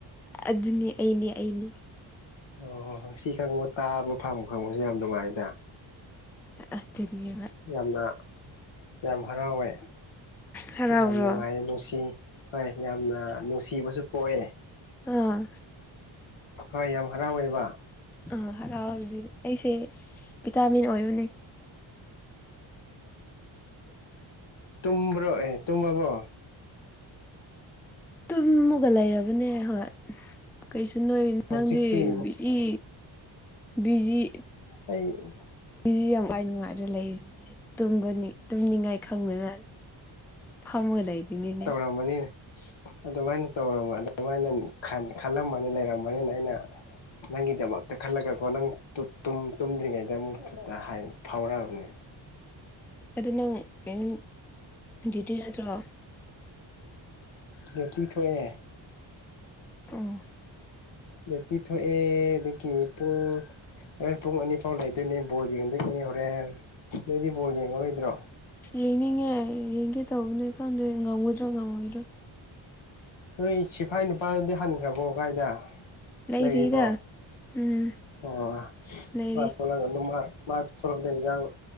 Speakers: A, in the centre; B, on the left.
A: ꯑꯗꯨꯅꯦ ꯑꯩꯅꯦ ꯑꯩꯅꯦ꯫
B: ꯑꯣ ꯁꯤ ꯈꯪꯕ ꯇꯥꯕ ꯐꯪꯕ ꯐꯪꯕꯁꯨ ꯌꯥꯝ ꯅꯨꯡꯉꯥꯏꯗꯥ
A: ꯥꯑꯗꯨꯅꯤꯕꯥ
B: ꯌꯥꯝꯅ ꯌꯥꯝ ꯍꯔꯥꯎꯋꯦ
A: ꯍꯔꯥꯎꯕ꯭ꯔꯣ
B: ꯌꯥꯝ ꯅꯨꯡꯉꯥꯏꯌꯦ ꯅꯨꯡꯁꯤ ꯍꯣꯏ ꯌꯥꯝꯅ ꯅꯨꯡꯁꯤꯕꯁꯨ ꯄꯣꯛꯑꯦ
A: ꯑꯥ
B: ꯍꯣꯏ ꯌꯥꯝ ꯍꯔꯥꯎꯋꯦꯕ
A: ꯑꯥ ꯍꯔꯥꯎꯖꯤ ꯑꯩꯁꯦ ꯚꯤꯇꯥꯃꯤꯟ ꯑꯣꯏꯕꯅꯦ
B: ꯇꯨꯝꯕ꯭ꯔꯣ ꯑꯦ ꯇꯨꯝꯃꯕꯣ
A: ꯇꯨꯝꯃꯒ ꯂꯩꯔꯕꯅꯦ ꯍꯣꯏ ꯀꯩꯁꯨ ꯅꯣꯏ
B: ꯍꯧꯖꯤꯛꯇꯤ
A: ꯅꯪꯗꯤ ꯕꯤꯖꯤ ꯕꯤꯖꯤ
B: ꯑꯩ
A: ꯃꯤꯁꯤ ꯌꯥꯝ ꯋꯥꯏ ꯅꯨꯡꯉꯥꯏꯔ ꯂꯩꯔꯤ ꯇꯨꯝꯒꯅꯤ ꯇꯨꯝꯅꯤꯉꯥꯏ ꯈꯪꯅ ꯐꯝꯃ ꯂꯩꯕꯅꯤꯅꯦ
B: ꯑ ꯕꫭꯅꯤꯅꯦ <inaudible> ꯑꯗꯨꯃꯥꯏꯅ ꯇꯧꯔꯝꯕꯥ ꯑꯗꯨꯃꯥꯏꯅ ꯈꯜꯂꯝꯃꯒꯥ ꯂꯩꯔꯝꯒꯅꯤꯅ ꯑꯩꯅ ꯅꯪꯒꯤꯗꯃꯛꯇꯥ ꯈꯜꯂꯒꯀꯣ ꯅꯪ ꯇꯨꯝꯗ꯭ꯔꯤꯉꯩꯗ ꯑꯃꯨꯛ ꯐꯥꯎꯔꯛꯑꯕ ꯅꯦ꯫
A: ꯑꯗꯨ ꯅꯪ ꯀꯩꯅꫭ ꯗ꯭ꯌꯨꯇꯤ ꯆꯠꯇ꯭ꯔꯣ
B: ꯗꯌꯨꯇꯤ ꯊꯣꯛꯑꯦ
A: ꯑꯣ
B: ꯑꯌꯨꯛꯇꯤ ꯊꯣꯛꯑꯦ ꯑꯗꯒꯤ ꯄꯨꯡ ꯍꯣꯔꯦꯟ ꯄꯨꯡ ꯑꯅꯤ ꯐꯥꯎ ꯂꯩꯗꯣꯏꯅꯦ ꯕꫭꯜ ꯌ°ꯡꯗꫭꯏꯅꯤ ꯍꯣꯔꯦꯟ ꯅꯣꯏꯗꯤ ꯕꯣꯜ ꯌꯦꯡꯉꯔꯣꯏꯗ꯭ꯔꯣ꯫
A: ꯌꯦꯡꯅꯤꯡꯉꯦ ꯌꯦꯡꯒꯦ ꯇꯧꯕꯅꯦ ꯈꯪꯗꯦ ꯉꯝꯒꯗꯔꯥ ꯉꯝꯃꯣꯏꯗ꯭ꯔꯥ
B: ꯅꯣꯏꯒꯤ ꯁꯤꯐꯥꯏ ꯅꯨꯄꯥꯗꯗꯤ ꯍꯟꯈ꯭ꯔꯕꯣ ꯋꯥꯒꯥꯏꯗ
A: ꯂꯩꯔꯤꯗ
B: ꯂꯩꯔꯤꯕꯣ ꯑꯣ
A: ꯎꯝ ꯂꯩꯔꯤ
B: ꯃꯥ ꯊꯣꯛꯂꯛꯒ ꯑꯗꯨꯝ ꯃꯥ ꯫ ꯃꯥ ꯊꯣꯂꯛꯄꯗꯥ ꯍꯦꯟꯁꯥꯡ